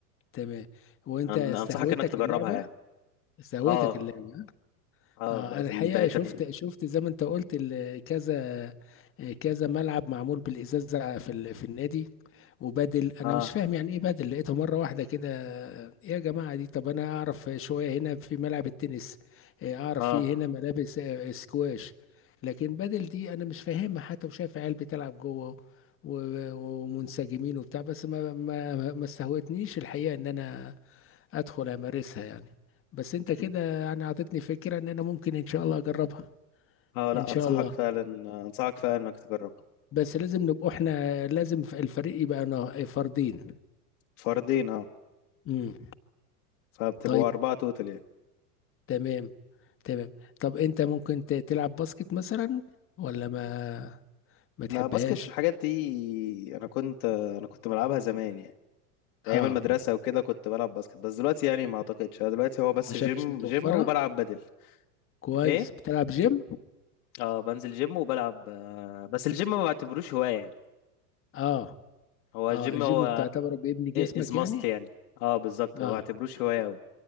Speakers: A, on the left; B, on the left.
A: تمام وانت
B: أنا-
A: استهوتك
B: انصحك انك تجربها
A: اللعبة
B: يعني
A: استهوتك
B: اه
A: اللعبة
B: اه
A: اه
B: بقت
A: انا الحقيقه
B: ال... بقت
A: شفت
B: ال-
A: شفت زي ما انت قلت ال- كذا كذا ملعب معمول بالازازه في ال- في النادي وبدل انا
B: اه
A: مش فاهم يعني ايه بدل لقيته مره واحده كده إيه يا جماعه دي طب انا اعرف شويه هنا في ملعب التنس إيه اعرف
B: اه
A: فيه هنا ملابس آه، سكواش لكن بدل دي انا مش فاهمها حتى وشايف عيال بتلعب جوه و- ومنسجمين وبتاع بس ما ما ما استهوتنيش الحقيقه ان انا ادخل امارسها يعني بس انت
B: مم.
A: كده يعني اعطيتني فكرة ان انا ممكن ان شاء الله اجربها
B: اه لا
A: ان شاء
B: انصحك
A: الله
B: فعلا انصحك فعلا انك تجربها
A: بس لازم نبقى احنا لازم الفريق يبقى نا- فردين
B: فردين اه
A: امم
B: فبتبقوا
A: طيب
B: اربعة توتال يعني
A: تمام تمام طب انت ممكن ت- تلعب باسكت مثلا ولا ما ما
B: لا
A: تحبهاش
B: باسكت الحاجات دي انا كنت انا كنت بلعبها زمان يعني
A: اه
B: ايام المدرسة وكده كنت بلعب باسكت بس دلوقتي يعني ما اعتقدش أنا دلوقتي هو بس
A: عشان
B: جيم
A: مش متوفرة
B: جيم وبلعب بدل
A: كويس
B: ايه
A: بتلعب جيم
B: اه بنزل جيم وبلعب آه، بس الجيم ما بعتبروش هواية يعني
A: اه
B: هو
A: اه
B: الجيم
A: الجيم
B: هو
A: بتعتبره بيبني جسمك
B: از ماست
A: يعني
B: يعني اه بالظبط
A: اه
B: هو ما بعتبروش هواية أوي